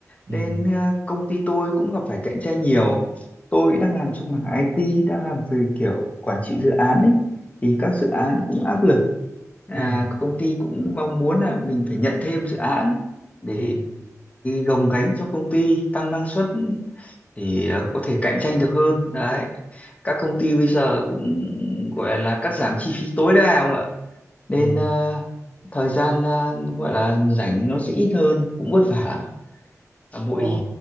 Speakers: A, on the right; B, on the left.
A: Ừ.
B: nên ờ, công ty tôi cũng gặp phải cạnh tranh nhiều. Tôi đang làm trong mảng IT, đang làm về kiểu quản trị dự án ấy thì các dự án cũng áp lực à,
A: Ừ.
B: công ty cũng mong muốn là mình phải nhận thêm dự án để
A: Ừ.
B: gồng gánh cho công ty tăng năng suất để ờ, có thể cạnh tranh được hơn đấy các công ty bây giờ cũng gọi là cắt giảm chi phí tối đa không ạ nên
A: Ừ.
B: ờ, thời gian ờ, gọi là rảnh nó sẽ ít hơn cũng vất vả lắm Và
A: Ờ,
B: mỗi